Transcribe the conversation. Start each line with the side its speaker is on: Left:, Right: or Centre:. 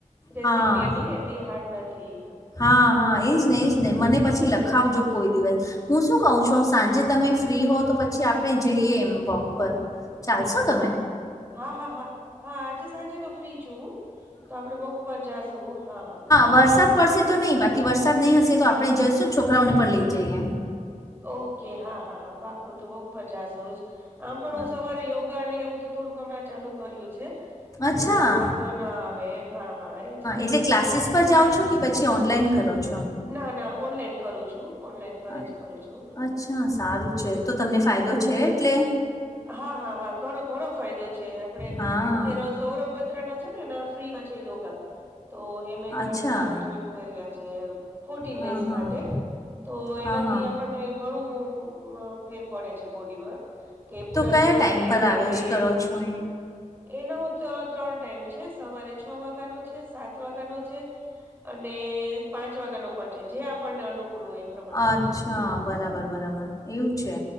Right: રેસીપી
Left: હા
Right: એની એ હાર્ડ નથી.
Left: હા, હા. એજ ને, એજ‌. નહીં, મને પછી લખાવજો કોઈ દિવસ. હું શું કઉ છુ, સાંજે. તમે ફ્રી હો, તો પછી આપણે જઈએ, એમ વોક પર ચાલશો તમે
Right: હા, હા, હા, હા, હા. આજે સાંજે તો ફ્રી છુ હું. તો આપડે બોક પર જાશું. હા, હા
Left: વરસાદમાં પડશે તો નહીં. બાકી, વરસાદ નહીં હશે તો આપણે જઈશું ને? છોકરાઓને પણ લઈ જઈએ.
Right: ઓકે, હા હા હા, પાક્કું તો વોક પર જાશું જ. આમ
Left: હા
Right: પણ હું સવારે યોગાને એવું તો થોડુંક હમણાં ચાલુ કર્યું છે. તો
Left: અચ્છા
Right: વાંધો ના આવે. હા હા, એજ ને!
Left: એટલે ક્લાસીસ પર
Right: કેમ
Left: જાઓ
Right: કે
Left: છો કે પછી ઓનલાઈન કરો છો?
Right: ના ના, ઓનલાઈન કરું છું. ઓનલાઈન, ઘરે
Left: અ-
Right: જ. કરું છું. હા,
Left: અચ્છા, સારું છે. તો તમને ફાયદો
Right: હા,
Left: છે,
Right: હા.
Left: એટલે
Right: હા હા હા, ઘણો ઘણો ફાયદો છે. આપડે
Left: હા
Right: અત્યારે સૌરવ બથડા ના છે ને? એના ફ્રીમાં છે યોગા, તો એ મે ક્લાસ
Left: અચ્છા
Right: જોયા. કર્યા છે, ફોર્ટીન ડેઝ
Left: હા હા
Right: માટે. તો એનાથી
Left: હા હા
Right: આપણને ઘણું ફેર પડે છે બોડીમાં. કે પૂરા
Left: તો કયા
Right: દિવસ
Left: ટાઈમ
Right: આપડે એક્ટિવ
Left: પર આવેશ
Right: રહીએ
Left: કરો
Right: ને.
Left: છો?
Right: એનો તો ત્રણ ટાઈમ છે સવારે છ વાગ્યાનો છે સાત વાગ્યાનો છે અને પાંચ વાગ્યા ન પણ છે જે આપણને અનુકૂળ હોય એ પ્રમાણે કરી
Left: અચ્છા
Right: શકીએ
Left: બરાબર બરાબર એવું છે